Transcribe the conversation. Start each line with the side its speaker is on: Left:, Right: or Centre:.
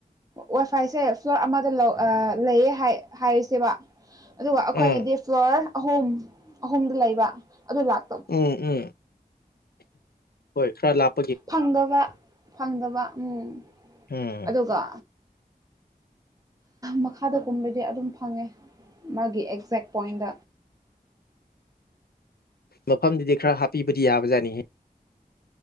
Right: ꯋꯥꯏ ꯐꯥꯏꯁꯦ ꯐ꯭ꯂꯣꯔ ꯑꯃꯗ ꯂꯧ ꯂꯩꯌꯦ ꯍꯥꯏꯔꯁꯦꯕ ꯑꯗꯨꯒ ꯑꯩꯈꯣꯏꯅꯗꯤ
Left: ꯎꯝ
Right: ꯐ꯭ꯂꯣꯔ ꯑꯍꯨꯝ ꯑꯍꯨꯝꯗ ꯂꯩꯕ ꯑꯗꯨ ꯂꯥꯛ
Left: ꯎꯝ ꯎꯝ ꯍꯣꯏ ꯈꯔ ꯂꯥꯞ
Right: ꯐꯪꯗꯕ ꯐꯪꯗꯕ ꯎꯝ
Left: ꯎꯝ
Right: ꯑꯗꯨꯒ ꯃꯈꯥꯗꯒꯨꯝꯕꯗꯤ ꯑꯗꯨꯝ ꯐꯪꯉꯦ ꯃꯥꯒꯤ ꯑꯦꯛꯖꯦꯛ ꯄꯣꯏꯟ
Left: ꯃꯐꯝꯗꯨꯗꯤ ꯈꯔ ꯍꯥꯞꯄꯤꯕꯗꯤ ꯌꯥꯕꯖꯥꯅꯤꯍꯦ